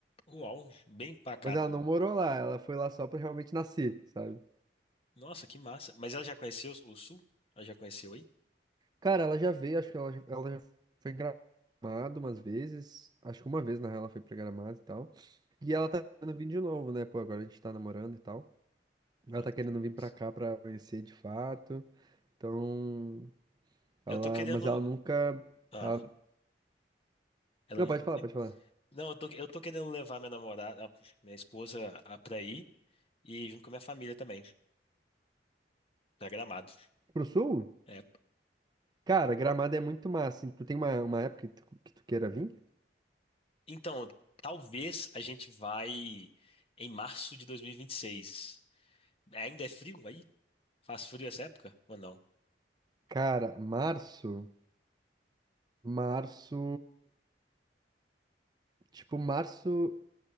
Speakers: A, on the left (about 35°); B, on the right (about 25°).
A: Uau, bem pacato
B: Mas ela não
A: mesmo.
B: morou lá, ela foi lá só pra realmente nascer, sabe?
A: Nossa, que massa. Mas ela já conheceu o Sul? Ela já conheceu aí?
B: Cara, ela já veio, acho que ela, já- ela já foi em Gramado umas vezes. Acho que uma vez, na real, ela foi pra Gramado e tal. E ela tá querendo vir de novo, né? Pô, agora a gente tá namorando e tal. Ela
A: Olha
B: tá
A: que
B: querendo
A: massa.
B: vir pra cá pra conhecer de fato. Então, ela.
A: Eu tô querendo.
B: Mas ela nunca.
A: Ah,
B: Ela...
A: ela
B: Não,
A: não
B: pode
A: o
B: falar,
A: quê?
B: pode falar.
A: Não, eu tô, eu tô querendo levar minha namorada, ah, minha esposa a, pra ir e junto com a minha família também, pra Gramado.
B: Pro sul?
A: É,
B: Cara, Gramado é muito massa. hein? Tu tem uma, uma época que tu, que tu queira vir?
A: então, talvez a gente vai em março de 2026. Ainda é frio aí? Faz frio essa época? Ou não?
B: Cara, março. Março. Tipo, março.